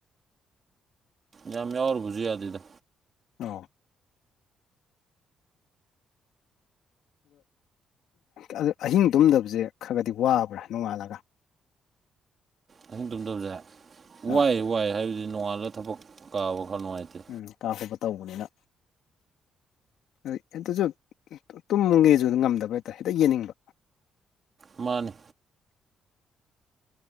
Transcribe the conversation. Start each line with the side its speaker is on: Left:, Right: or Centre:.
Right: ꯌꯥꯝ ꯌꯥꯎꯔꯨꯕꯁꯨ ꯌꯥꯗ‌ꯦꯗ
Left: ꯅꯣ ꯑꯗꯨ ꯑꯍꯤꯡ ꯇꯨꯝꯗꯕꯁꯦ ꯈꯔ ꯈꯗꯤ ꯋꯥꯕ꯭ꯔꯥ ꯅꯣꯡꯉꯥꯜꯂꯒ
Right: ꯑꯍꯤꯡ ꯇꯨꯝꯗꯕꯁꯦ
Left: ꯑꯥ
Right: ꯋꯥꯏ ꯋꯥꯏ ꯍꯥꯏꯕꯗꯤ ꯅꯣꯡꯉꯥꯜꯂ ꯊꯕꯛ ꯀꯥꯕ ꯈꯔ ꯅꯨꯡꯉꯥꯏꯇꯦ
Left: ꯎꯝ ꯇꯥ ꯈ‌ꯣꯠꯄ ꯇꯧꯕꯅꯤꯅ ꯑꯗꯩ ꯑꯗꯨꯁꯨ ꯇꯨꯝꯃꯒꯦꯁꯨ ꯉꯝꯗꯕ ꯍꯦꯛꯇ ꯍꯦꯛꯇ ꯌꯦꯡꯅꯤꯡꯕ
Right: ꯃꯥꯅꯦ